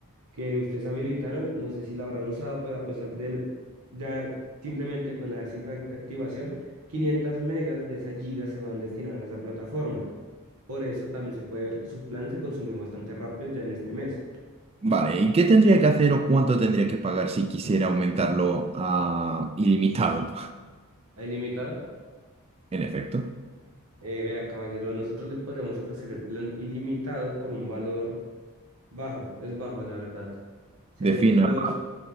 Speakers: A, on the right (about 80°); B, on the right (about 25°).
A: que ustedes habilitaron, no sé si la habrán usado, pero a pesar de ya simplemente con la simple ac- activación, 500 megas de esas gigas se van destinadas a esa plataforma. Por eso también se puede ver que su plan se consumió bastante rápido ya en este mes.
B: Vale, ¿y qué tendría que hacer o cuánto tendría que pagar si quisiera aumentarlo a ilimitado?
A: ¿A Ilimitado,
B: En efecto,
A: eh, vea, caballero, nosotros le podríamos ofrecer el plan ilimitado por un valor bajo, es bajo, la verdad. Serían
B: defina.
A: unos...